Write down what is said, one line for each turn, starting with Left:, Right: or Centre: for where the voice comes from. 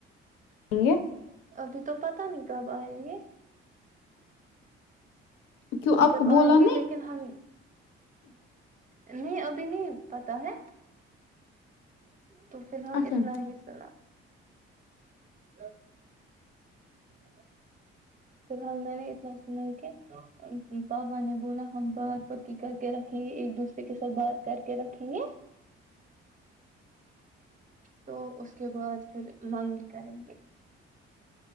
Left: ہ گ
Right: ابھی تو پت نہیں کب آئیں گے
Left: کیوں آپ
Right: جب
Left: کو بولا
Right: آئیں گے لیکن ہم نہیں ابھی نہیں پتا ہے ہ تو فی الحال
Left: نہیں اچھا
Right: اتنا ہی سنا ا ج فی الحال میں نے اتنا سنا کہ پاپا نے بولا ہم بات پکی کر کے رکھیں گے ایک دوسرے کے ساتھ بات کر کے رکھیں گے تو اس کے بعد پھر منگ کریں گے